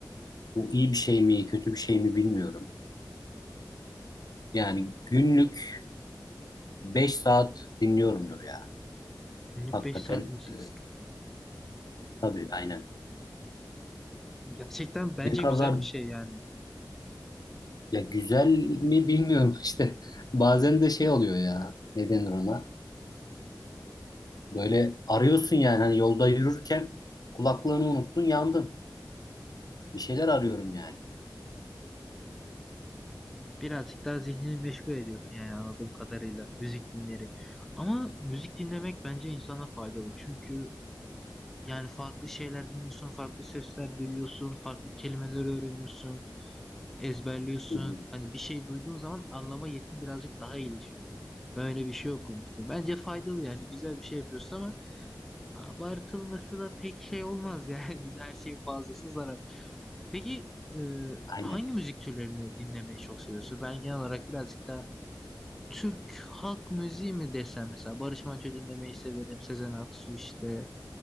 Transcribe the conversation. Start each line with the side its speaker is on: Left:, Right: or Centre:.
Left: Bu iyi bir şey mi, kötü bir şey mi bilmiyorum. Yani günlük Beş saat dinliyorumdur ya.
Centre: günlük
Left: Hakikaten
Centre: 5 saat müzik
Left: e, tabii aynen.
Centre: Gerçekten bence
Left: Ne kadar
Centre: güzel bir şey yani.
Left: ya güzel mi bilmiyorum <laughs> işte. Bazen de şey oluyor ya. Ne denir ona? Böyle arıyorsun yani hani yolda yürürken kulaklığını unuttun yandın. Bir şeyler arıyorum yani.
Centre: Birazcık daha zihnini meşgul ediyorsun yani anladığım kadarıyla müzik dinleyerek. Ama müzik dinlemek bence insana faydalı. Çünkü yani farklı şeyler dinliyorsun, farklı sesler duyuyorsun, farklı kelimeler öğreniyorsun, ezberliyorsun.
Left: Hı hı.
Centre: Hani bir şey duyduğun zaman anlama yetin birazcık daha iyileşiyor. Ben öyle bir şey okumuştum. Bence faydalı yani güzel bir şey yapıyorsun ama abartılması da pek şey olmaz yani. <laughs> Her şeyin fazlası zarar. Peki e,
Left: <laughs> Aynen.
Centre: hangi müzik türlerini dinlemeyi çok seviyorsun? Ben genel olarak birazcık daha Türk halk müziği mi desem mesela Barış Manço dinlemeyi severim. Sezen Aksu işte